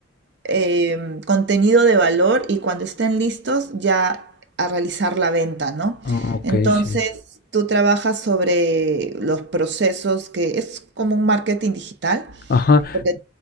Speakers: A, on the right; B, on the left.
A: eh, contenido de valor y cuando estén listos ya a realizar la venta, ¿no?
B: Ah, ok,
A: Entonces,
B: sí.
A: tú trabajas sobre los procesos, que es como un marketing digital,
B: Ajá.
A: porque